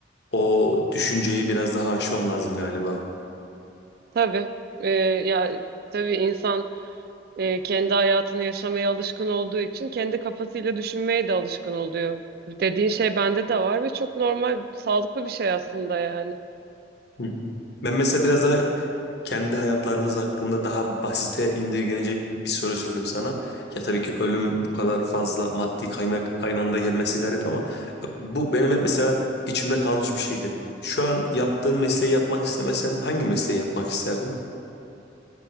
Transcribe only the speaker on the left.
O düşünceyi biraz daha aşmam lazım galiba.
Hı hı. Ben mesela biraz daha kendi hayatlarımız hakkında daha basite indirgenecek bir soru sorayım sana. Ya tabii ki ölüm bu kadar fazla maddi kaynak aynı anda gelmesi garip ama bak bu benim hep mesela içimde kalmış bir şeydi. Şu an yaptığın mesleği yapmak istemesen hangi mesleği yapmak isterdin?